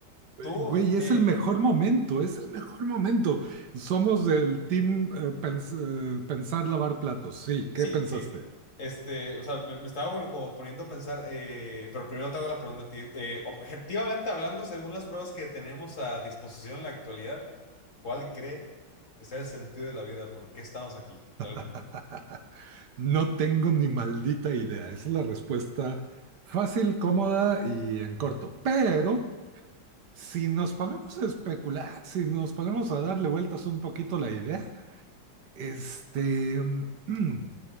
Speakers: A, on the right; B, on the left.
A: Eh,
B: ¿Tú,
A: Güey, es
B: eh,
A: el mejor momento, es el mejor momento. Somos del team eh, pens- eh, pensar lavar platos. Sí,
B: Sí,
A: ¿qué pensaste?
B: sí. Este, o sea, me, me estaba bueno, como poniendo a pensar, eh, pero primero te hago la pregunta a ti. Eh, objetivamente hablando, según las pruebas que tenemos a disposición en la actualidad, ¿cuál cree que sea el sentido de la vida? ¿Por qué estamos aquí realmente?
A: <laughs> No tengo ni maldita idea. Esa es la respuesta fácil, cómoda y en corto. Pero si nos ponemos a especular, si nos ponemos a darle vueltas un poquito la idea. Este, mm,